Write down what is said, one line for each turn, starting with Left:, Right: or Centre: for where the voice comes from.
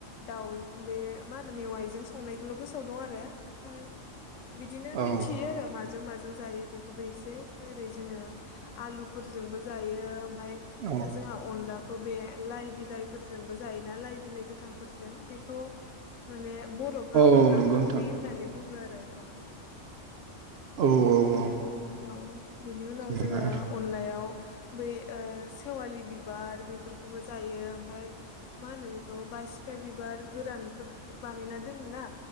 Left: दाउ बे मा होनो मेवाइजों संनायखौल' गोसोआव दं आरो ओमफाय बिदिनो मिनथियो
Right: औ
Left: आरो माजों माजों जायो बेखौबो एसे ओरै जोङो आलुफोरजोंबो जायो ओमफाय
Right: औ
Left: जोंहा अनलाखौ बे लाइ बिलाइफोरजोंबो जायोना लाइ बिलाइ गोथांफोरजों बेखौ माने बर'फ्रा
Right: औ
Left: अनला
Right: नंगौ
Left: फाख्रि
Right: नोंथां
Left: होननानै बुङो आरो औ
Right: औ औ औ
Left: बिनि औ बिनि उनाव
Right: जेनेबा
Left: जोङो अनलायाव बे सेवालि बिबार बेफोरखौबो जायो ओमफाय मा होनो बेखौ बासिखा बिबार गोरानफोर बानायना दोनो ना